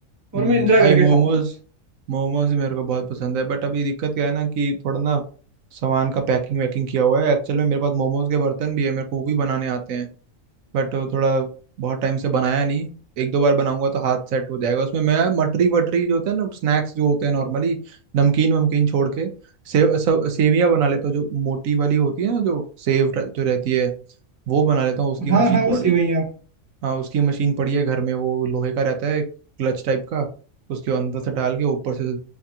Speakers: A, on the right (about 75°); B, on the right (about 15°).
A: हम्म
B: और मैं इंजॉय
A: भाई
B: करके
A: मोमोज
B: खाता हूँ
A: मोमोज भी मेरे को बहुत पसंद है बट अभी दिक्कत क्या है ना कि थोड़ा ना सामान का पैकिंग वैकिंग किया हुआ है एक्चुअल में मेरे पास मोमोज के बर्तन भी है मेरे को वो भी बनाने आते हैं बट वो थोड़ा बहुत टाइम से बनाया नहीं एक दो बार बनाऊंगा तो हाथ सेट हो जाएगा उसमें मैं मटरी वटरी जो होते हैं ना स्नैक्स जो होते हैं नॉर्मली नमकीन वमकीन छोड़ के सेव सब सेवियां बना लेता हूँ जो मोटी वाली होती है ना जो सेव र- जो रहती है वो बना लेता हूँ उसकी
B: हाँ
A: मशीन
B: हाँ वो
A: पड़ी
B: सिवैया
A: हाँ उसकी मशीन पड़ी है घर में वो लोहे का रहता है क्लच टाइप का उसके अंदर से डाल के ऊपर से